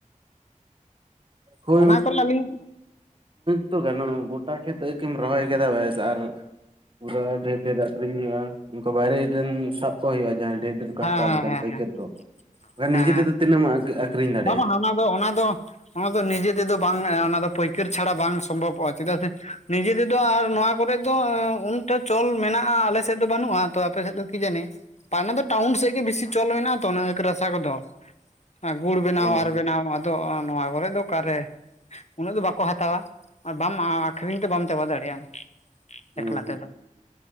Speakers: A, on the right (about 40°); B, on the left (about 55°).
A: <unintelligible> ᱟ.
B: ᱚᱱᱟ ᱠᱚᱨᱮ ᱟᱹᱞᱤᱧ
A: ᱠᱷ ᱜᱟᱱᱚᱜ ᱜᱚᱴᱟ ᱠᱷᱮᱛ ᱟ. ᱠᱮᱢ ᱨᱚᱦᱚᱭ ᱠᱮᱫᱟ ᱵᱮᱥ ᱟᱨ, ᱯᱩᱨᱟᱹ ᱰᱷᱮᱨ ᱰᱷᱮᱨ ᱟᱠᱷᱨᱤᱧ ᱦᱳᱭᱳᱜᱼᱟᱠᱩ ᱵᱟᱭᱨᱮ ᱥᱟᱵ ᱠᱚ ᱦᱳᱭᱳᱜᱼᱟ ᱡᱟᱦᱟᱸ ᱰᱷᱮ ᱠᱚ
B: ᱦᱮᱸ
A: ᱦᱟᱛᱟᱣᱟ
B: ᱦᱮᱸ
A: ᱚᱱᱠᱟᱱ
B: ᱦᱮᱸ
A: ᱯᱟᱹᱭᱠᱟᱹᱨ
B: ᱦᱮᱸ
A: ᱠᱚ, ᱵᱟᱠᱷᱟᱱ
B: ᱦᱮᱸ
A: ᱱᱤᱡᱮ ᱛᱮᱫᱚ ᱛᱤᱱᱟᱹᱜ ᱮᱢ ᱟᱠᱷᱨᱤᱧ ᱫᱟᱲᱮᱭᱟᱜᱼᱟ᱾
B: ᱵᱟᱝ ᱵᱟᱝ ᱚᱱᱟ ᱫᱚ ᱚᱱᱟ ᱫᱚ ᱚᱱᱟ ᱫᱚ ᱱᱤᱡᱮ ᱛᱮᱫᱚ ᱵᱟᱝ ᱚᱱᱟ ᱫᱚ ᱯᱟᱹᱭᱠᱟᱹᱨ ᱪᱷᱟᱲᱟ ᱵᱟᱝ ᱥᱚᱢᱵᱷᱚᱵᱚᱜᱼᱟ ᱪᱮᱫᱟᱜ ᱥᱮ ᱱᱤᱡᱮ ᱛᱮᱫᱚ ᱟᱨ ᱱᱚᱣᱟ ᱠᱚᱨᱮ ᱫᱚ ᱩᱱᱟᱹᱜᱴᱟ ᱪᱚᱞ ᱢᱮᱱᱟᱜᱼᱟ᱾ ᱟᱞᱮᱥᱮᱫ ᱫᱚ ᱵᱟᱹᱱᱩᱜᱼᱟ ᱛᱚ ᱟᱯᱮ ᱥᱮᱫ ᱫᱚ ᱠᱤ ᱡᱟᱹᱱᱤᱡ᱾ ᱯᱟᱱᱟ ᱫᱚ ᱴᱟᱣᱩᱱ ᱥᱮᱫ ᱜᱮ ᱵᱤᱥᱤ ᱪᱚᱞ ᱢᱮᱱᱟᱜ ᱟ ᱛᱚ ᱚᱱᱟ ᱟᱹᱠ ᱨᱟᱥᱟ ᱠᱚᱫᱚ ᱜᱩᱲ ᱵᱮᱱᱟᱣ
A: ᱚ
B: ᱟᱨ ᱵᱮᱱᱟᱣ ᱟᱫᱚ ᱱᱚᱣᱟ ᱠᱚᱨᱮ ᱫᱚ ᱚᱠᱟᱨᱮ᱾ ᱩᱱᱟᱹᱜ ᱫᱚ ᱵᱟᱠᱚ ᱦᱟᱛᱟᱣᱟ ᱟᱨ ᱵᱟᱢ ᱟᱠᱷᱨᱤᱧ ᱛᱮ ᱵᱟᱢ ᱪᱟᱵᱟ ᱫᱟᱲᱮᱭᱟᱜᱼᱟ᱾
A: ᱦᱩᱸ
B: ᱮᱠᱞᱟ
A: ᱦᱩᱸ
B: ᱛᱮᱫᱚ